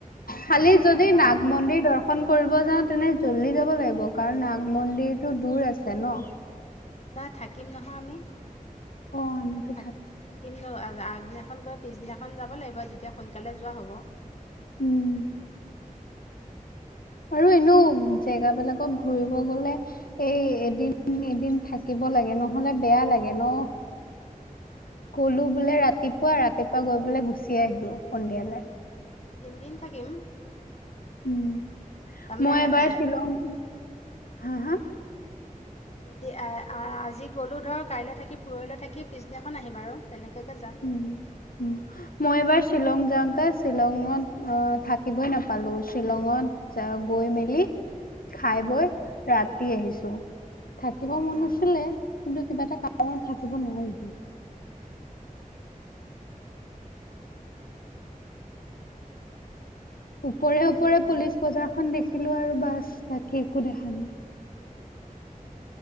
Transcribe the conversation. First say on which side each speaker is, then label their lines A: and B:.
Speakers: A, on the left (about 85°); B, on the left (about 50°).
A: খালি যদি
B: চাই
A: নাগ
B: ল
A: মন্দিৰ দশ ফোন কৰিব যাওঁ তেনে জল্দি যাব লাগিব কাৰণ নাগ মন্দিৰটো দূৰ আছে ন।
B: নহ, থাকিম নহয় আমি
A: অ আমিতো
B: থ থাকিম ন, আগদিনা। এখন গৈ পিছদিনাখন যাব লাগিব যেতিয়া সোনকালে যোৱা হ'ব।
A: উম,
B: উম,
A: আৰু এনেও জেগ বিলাকত ঘূৰিব গ'লে। এই এদিন এদিন থাকিব লাগে নহ'লে বেয়া লাগে ন।
B: অঁ
A: গ'লো বোলে ৰাতিপুৱা ৰাতিপুৱা গৈ পোাই গুচি আহিলো, সন্ধিয়ালৈ।
B: তিনিদিন থাকিম।
A: উম,
B: তাৰমানে
A: মই এবাৰ
B: এ
A: শ্বিলং, হা-হা
B: এ, আজি গ'লো ধৰ কাইলৈ থাকি পৰহিলৈ থাকি পিছদিনাখন আহিম আৰু তেনেকাকে যাম।
A: উম, উম, মই এবাৰ শ্বিলং যাওঁতে শ্বিলঙত আহ থাকিবই নাপালো, শ্বিলঙত। চ, গৈ মেলি। খাই বৈ ৰাতি আহিছো, থাকিব মন
B: অঁ
A: আছিলে। কিন্তু কিবা এটা কাৰণত
B: অঁ
A: থাকিব নোৱাৰিলো। ওপৰে
B: যাব
A: ওপৰে
B: লাগিব তেনেকে
A: পুলিচ বজাৰখন দেখিলো আৰু বাছ, বাকী একো দেখা নাই।